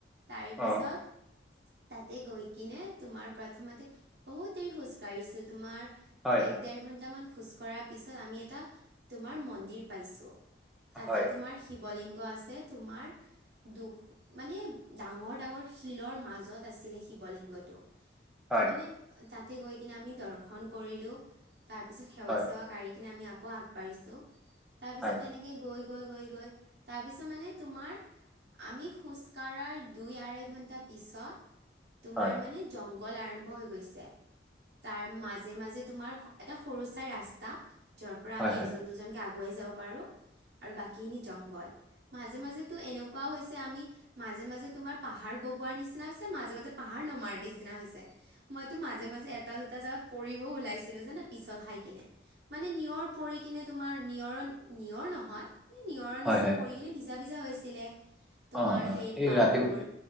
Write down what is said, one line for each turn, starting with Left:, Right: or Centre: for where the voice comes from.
Right: তাৰে
Centre: অ
Right: পিছত তাতে গৈ কিনে। তোমাৰ প্ৰথমতে বহুত দেৰি খোজ কঢ়িছো তোমাৰ
Centre: হয়
Right: এক
Centre: হয়
Right: দেৰ ঘন্ট মান। খোজ কঢ়াৰ পিছত আমি এটা তোমাৰ মন্দিৰ পাইছোঁ। তাতে
Centre: হয়
Right: তোমাৰ শিৱলিংগ আছে তোমাৰ দুখ মানে ডাঙৰ ডাঙৰ শিলৰ মাজত আছিলে শিৱলিংগটো। ত
Centre: হয়
Right: মানে তাতে গৈ কিনে আমি দৰ্শন কৰিলো। তাৰপিছত সেৱা
Centre: হয়
Right: চেৱা কৰিি কিনে আমি আকৌ আগবাঢ়িছোঁ তাৰপিছত
Centre: হয়
Right: তেনেকৈ গৈ গৈ গৈ গৈ তাৰপিছত মানে তোমাৰ আমি খোজকাঢ়াৰ দুই আঢ় ঘণ্টা পিছত তোমাৰ
Centre: হয়
Right: মানে জংঘল আৰম্ভ হৈ গৈছে। তাৰ মাজে মাজে তোমাৰ এটা সৰু চাই ৰাস্তা যাৰ পৰা
Centre: হয়
Right: আমি
Centre: হয়
Right: এজন দুজনকে আগ আগুৱাই যাব পাৰোঁ। আৰু বাকীখিনি জংঘল মাজে মাজো এনেকুৱও হৈছে আমি মাজে মাজে তোমাৰ পাহাৰ বগোৱাৰ নিচিনা হৈছে মাজে মাজে পাহাৰ নমাৰ নিচিনা হৈছে মইতো মাজে মাজে এটা দুোটা যা পৰিবও ওলাইছিলোঁ জানা পিছল খাই কিনে মানে নিয়ৰ পৰি কিনে তোমাৰ নিয়ৰৰ নিয়ৰ নহয় নিয়ৰৰ
Centre: হয়
Right: নিচিনা
Centre: হয়
Right: পৰি কিনে ভিজা ভিজা হৈছিলে। তোমাৰ
Centre: অ অ
Right: সেই
Centre: এই
Right: পাতবোৰ
Centre: ৰাতিপুৱা